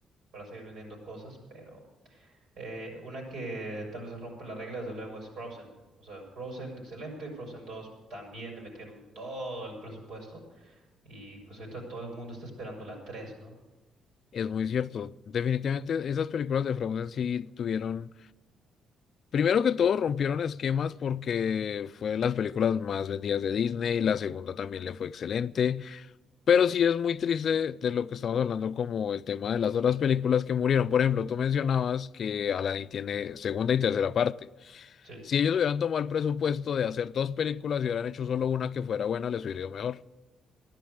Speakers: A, on the right; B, on the left.
A: para seguir vendiendo cosas, pero... Eh, una que tal vez rompe las reglas, de luego, es Frozen. O sea, Frozen, excelente. Frozen dos también le metieron todo el presupuesto. Y pues ahorita todo el mundo está esperando la tres ¿no?
B: Es muy cierto. Definitivamente esas películas de Frozen sí tuvieron, primero que todo, rompieron esquemas porque fue de las películas más vendidas de Disney, la segunda también le fue excelente, pero sí es muy triste de lo que estamos hablando como el tema de las otras películas que murieron. Por ejemplo, tú mencionabas que Aladdin tiene segunda y tercera parte.
A: Sí.
B: Si ellos hubieran tomado el presupuesto de hacer dos películas y hubieran hecho solo una que fuera buena, les hubiera ido mejor.